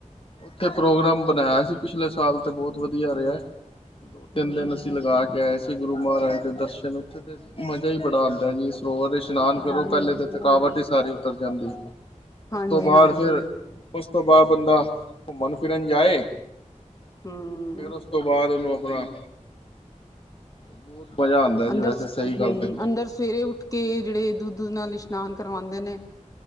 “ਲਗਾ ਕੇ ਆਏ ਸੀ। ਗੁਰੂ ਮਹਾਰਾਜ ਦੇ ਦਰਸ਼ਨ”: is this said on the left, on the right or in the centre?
Left